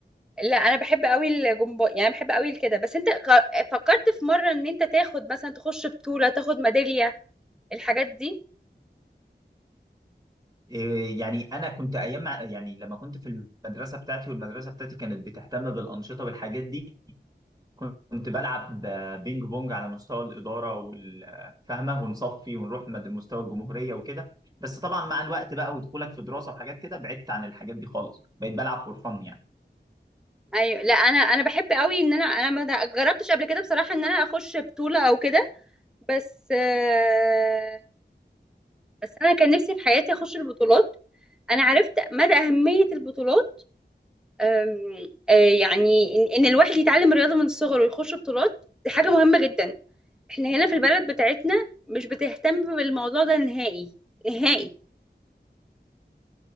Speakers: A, in the centre; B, on the right.
A: لا انا بحب قوي الجمباز يعني بحب قوي كده بس انت غ- فكرت في مره ان انت تاخد مثلا تخش بطوله تاخد ميداليه الحاجات دي
B: إيه يعني انا كنت ايام مع- يعني لما كنت في المدرسه بتاعتي والمدرسه بتاعتي كانت بتهتم بالانشطه والحاجات دي كنت بلعب بينج بونج على مستوى الإدارة والفهمة ونصفي ونروح مد- مستوى الجمهورية وكده بس طبعا مع الوقت بقى ودخولك في دراسة وحاجات كده بعدت عن الحاجات دي خالص بقيت بلعب فور فن يعني
A: ايوه لا انا انا بحب قوي ان انا انا ما جربتش قبل كده بصراحه ان انا اخش بطوله او كده بس آه، بس انا كان نفسي في حياتي اخش البطولات انا عرفت مدى اهميه البطولات آم، آه، يعني ان إن الواحد يتعلم رياضه من الصغر ويخش بطولات دي حاجه مهمه جدا احنا هنا في البلد بتاعتنا مش بتهتم بالموضوع ده نهائي نهائي